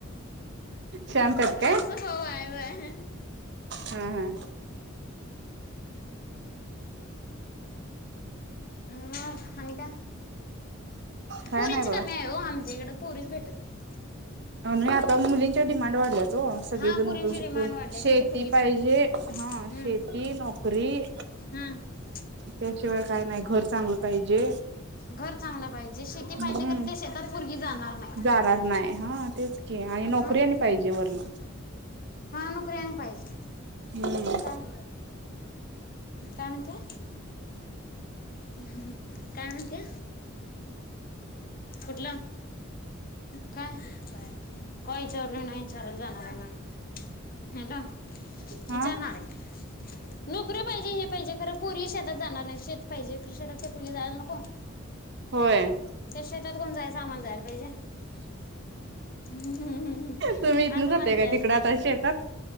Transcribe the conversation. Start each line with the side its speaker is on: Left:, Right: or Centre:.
Right: शांत आहेत काय
Left: असा भाऊ हाय होय.
Right: हा हा
Left: मग आणि काय?
Right: काय
Left: पोरींची
Right: नाही बघा
Left: कमी आहे हो आमच्या इकडं पोरीच भेटत नाहीत.
Right: आणि आता मुलींच्या डिमांड वाढल्यात. वो सगळीजण
Left: हा पोरींची
Right: उठून सुटून
Left: डिमांड वाढली
Right: शेती
Left: जे ते पोरगीच
Right: पाहिजे,
Left: मागते.
Right: हां
Left: हम्म.
Right: शेती, नोकरी
Left: हम्म
Right: त्याची शिवाय काय नाही घर चांगलं पाहिजे
Left: घर चांगलं पाहिजे. शेती पाहिजे
Right: हम्म
Left: खरं ते शेतात पोरगी जाणार नाही.
Right: जाणार नाय हा तेच की आणि नोकरी
Left: हं
Right: आणि पाहिजे वरण
Left: हा नोकरी आणि पाहिजे.
Right: हम्म
Left: काय? काय म्हणतिया? ह काय म्हणतिया? कुठलं? काय? कवा विचारलोय नाही विचारायला जाणार आहे मागणं. हॅलो
Right: हा
Left: विचारणार आहे नोकरी पाहिजे हे पाहिजे खर पुरगी शेतात जाणार नाही. शेत पायजे खर शेतात काय पुरगी जायला नको.
Right: होय.
Left: त्या शेतात कोण जायचं आम्हाला जायला पाहिजे. हुं हुं हुं
Right: तुम्ही इथन
Left: असं
Right: जाताय
Left: म्हणत्यात.
Right: काय तिकडं आता शेतात